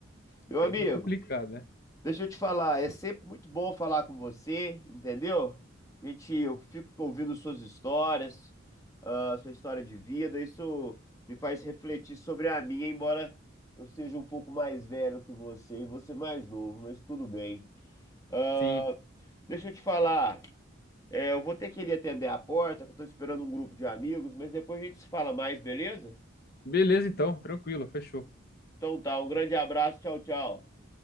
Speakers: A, on the left; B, on the left.
A: Meu
B: é
A: amigo,
B: meio complicado, né?
A: Deixa eu te falar, é sempre muito bom falar com você, entendeu? Gente, eu fico ouvindo suas histórias, ah, sua história de vida, isso me faz refletir sobre a minha, embora eu seja um pouco mais velho que você e você mais novo, mas tudo bem. Ah,
B: Sim.
A: deixa eu te falar, é, eu vou ter que ir ali atender a porta, que eu tô esperando um grupo de amigos, mas depois a gente se fala mais, beleza?
B: Beleza, então, tranquilo, fechou.
A: Então tá, um grande abraço, tchau, tchau.